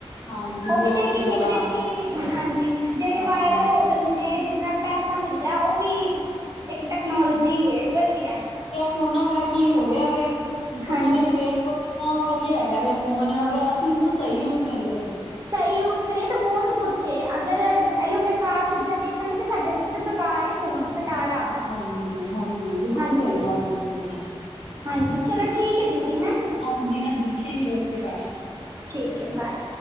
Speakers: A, on the left; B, on the right.
A: ਹਾਂਜੀ
B: ਓਵੀ
A: ਵਲੋਗਸ
B: ਤੇ
A: ਵਗੈਰਾ
B: ਕਿੰਨੀ ਵਧੀਆ ਚੀਜ਼ ਹੈਗੀ ਹਾਂਜੀ, ਜੇੜੇ
A: ਹਾਂ
B: ਵਾਯਰਲ ਹੋ ਜਣ ਨੇ, ਜਿਦੇ ਨਾਲ ਪੈਸਾ ਮਿਲਦਾ ਓਵੀ, ਏਕ ਟੈਕਨੋਲੋਜੀ ਏ ਵਧੀਆ
A: ਫੋਨਾ ਕਾਰਕਈ ਹੋ ਰੇਆ ਵੇ, ਫੋਨ
B: ਹਾਂਜੀ
A: ਚ ਵੇਖ ਲੋ ਕਿੰਨਾ ਵਧੀਆ ਹੈਗਾ ਵੇ ਫੋਨ ਅਗਰ ਅਸੀ ਏਨੂੰ ਸਹੀ ਯੂਸ ਕਰੀਏ ਤੇ
B: ਸਈ ਯੂਸ ਕਰੀਏ ਤੇ ਬੋਤ ਕੁਛ ਏ, ਅਗਰ, ਏਈਓ ਬੇਕਾਰ ਚੀਜ਼ਾਂ ਦੇਖਾਂਗੇ ਤੇ ਸਾਡੇ ਤੇ ਬੇਕਾਰ ਏ ਫੋਨ, ਖਟਾਰਾ
A: ਹਾਂਜੀ-ਹਾਂਜੀ, ਬਿਲਕੁਲ
B: ਹਾਂਜੀ
A: ਸਈ ਗੱਲ ਕੀਤੀ ਨੇ
B: ਹਾਂਜੀ ਚਲੋ ਠੀਕ ਐ ਦੀਦੀ ਹੈ।
A: ਹਾਂਜੀ-ਹਾਂਜੀ, ਠੀਕ ਐ ਓਕੇ ਬਾਏ।
B: ਠੀਕ ਐ ਬਾਏ।